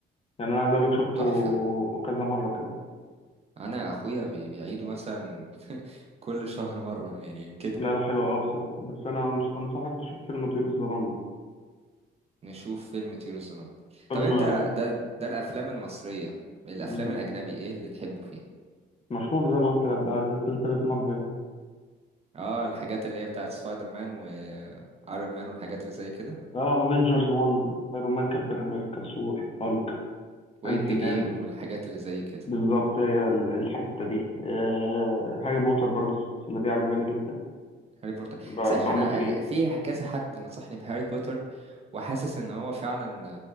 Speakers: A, on the left; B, on the right.
A: يعني أنا عايز أقول لك شفته
B: تحفة
A: كذا مرة كمان
B: انا اخويا بي- بيعيده مثلا <laughs> كل شهر مرة يعني كده
A: لا لا حلو قوي بصراحة بس أنا أنص- أنصحك تشوف فيلم طيور الظلام ده
B: نشوف فيلم طيور الظلام
A: فيلم
B: طب انت ده ده الافلام المصرية الافلام
A: مم.
B: الاجنبي ايه اللي تحبه فيها
A: مشهور زي ما قلت لك بقى زي سلسلة مارفل
B: اه الحاجات اللي هي بتاعت سبايدر مان وايرون مان والحاجات اللي زي كده
A: اه افنجرز 1 ايرون مان كابتن امريكا ثور هالك
B: واند
A: انتي
B: جيم
A: مان
B: والحاجات اللي زي كده
A: بالظبط هي ال- الحتة دي آه هاري بوتر برضو السلسلة دي عجباني جدا
B: هاري بوتر
A: ب-
B: صحيح
A: بموت
B: انا
A: فيه
B: ال- في كذا حد نصحني بهاري بوتر وحاسس ان هو فعلا